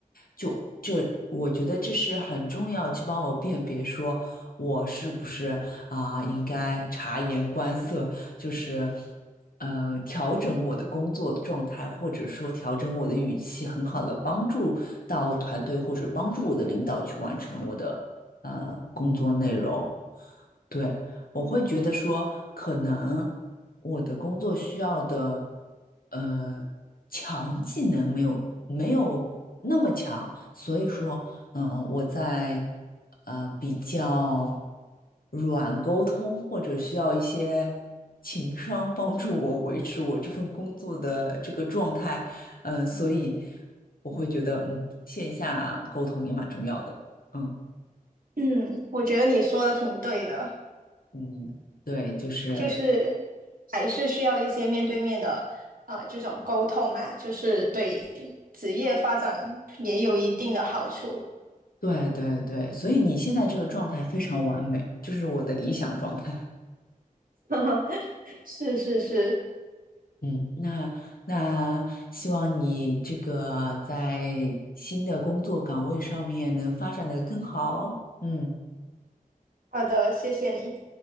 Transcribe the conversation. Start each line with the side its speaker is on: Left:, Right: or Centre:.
Left: 就这，我觉得这是很重要，去帮我辨别说我是不是啊、应该察言观色，就是呃调整我的工作状态，或者说调整我的语气，很好的帮助到团队或者帮助我的领导去完成我的呃工作内容。对，我会觉得说，可能我的工作需要的，呃，强技能没有没有那么强，所以说，嗯，我在呃比较软沟通或者需要一些情商帮助我维持我这份工作的这个状态，嗯，所以我会觉得，嗯，线下沟通也蛮重要的，嗯
Right: 嗯，我觉得你说的挺对的。
Left: 嗯，对，就是。
Right: 就是还是需要一些面对面的呃这种沟通嘛，就是对职业发展也有一定的好处。
Left: 对对对，所以你现在这个状态非常完美，就是我的理想状态。
Right: <laughs> 是是是，
Left: 嗯，<laughs> 那那希望你这个在新的工作岗位上面能发展的更好。嗯，
Right: 好的，谢谢你。